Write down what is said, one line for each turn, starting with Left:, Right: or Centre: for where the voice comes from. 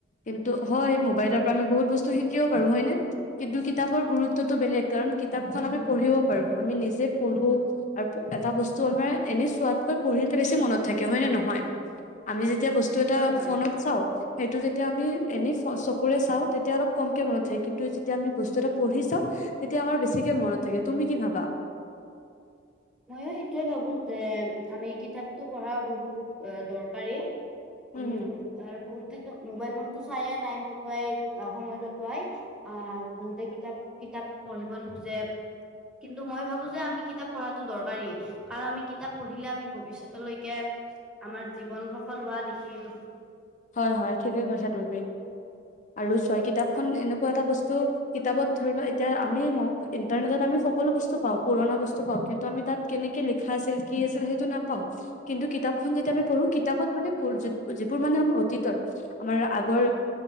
Left: কিন্তু হয় মোবাইলৰ পৰা আমি বহুত বস্তু শিকিব পাৰো হয়নে? কিন্তু কিতাপৰ গুৰুত্বতটো বেলেগ কাৰণ কিতাপখন আমি পঢ়িব পাৰো আমি নিজে পঢ়ো। আৰু এটা বস্তু আমাৰ এনেই চোৱাতকৈ পঢ়িলে বেছি মনত। থাকে হয় নে নহয় আমি যেতিয়া বস্তু এটা
Centre: হয় হয়
Left: ফোনত চাওঁ সেইটো যেতিয়া আমি এনেই চকুৰে চাওঁ তেতিয়া অলপ কমকে মনত থাকে কিন্তু যেতিয়া আমি বস্তু এটা পঢ়ি চাওঁ তেতিয়া আমাৰ বেছিকে মনত থাকে তুমি কি ভাবা?
Centre: ময়ো সেইটোৱে ভাবো যে আমি কিতাপতো পঢ়া বহুত দৰকাৰী।
Left: উম,
Centre: আমি বহুতদিন মোবাইল ফোনতটো চাই টাইম কটোৱাই সময় কটোৱাই। আহ বহুতে কিতাপ কিতাপ পঢ়িব নোখোজে। কিন্তু মই ভাবো যে আমি কিতাপ পঢ়া দৰকাৰী কাৰণ আমি কিতাপ পঢ়িলে আমি ভৱিষ্যতলৈকে। আমাৰ জীৱন সফল হোৱা দেখিম।
Left: হয় হয় ঠিকেই কৈছা তুমি আৰু চ কিতাপখন
Centre: আৰু বহুত
Left: এনেকুৱা এটা বস্তু। কিতাপত ধৰি লও এতিয়া আমি ইন্টাৰনেটত আমি সকলো বস্তু পাওঁ পুৰণা বস্তু পাওঁ কিন্তু আমি তাত কেনেকে লিখা আছিল কি আছিল সেইটো নাপাওঁ? কিন্তু কিতাপখন যেতিয়া আমি পঢ়ো কিতাপত মানে যিবোৰ মানে আ অতীতৰ আমাৰ আগৰ